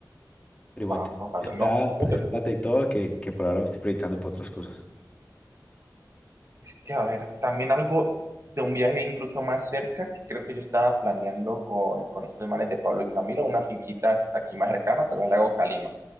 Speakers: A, on the left; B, on the right.
A: Pero igual
B: Ah,
A: te-
B: ojalá,
A: es
B: no,
A: plata,
B: tampoco te
A: es plata y todo que, que por ahora estoy proyectando para otras cosas.
B: Es que, a ver, también algo de un viaje incluso más cerca, que creo que yo estaba planeando con, con estos manes de Pablo y Camilo, una finquita aquí más cercana, tal al lago Calima,